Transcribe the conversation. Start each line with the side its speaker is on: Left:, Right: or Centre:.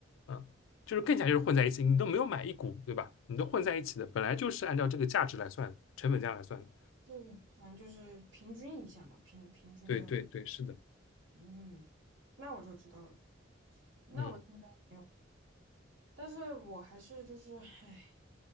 Left: 啊，就是更加就是混在一起，你都没有买一股，对吧？你都混在一起的，本来就是按照这个价值来算的，成本价来算的。
Right: 就反正就是平均一下嘛，平平均的。
Left: 对对对，是的，
Right: 嗯，那我就知道了。那我现在，
Left: 嗯。
Right: 但是我还是就是，唉，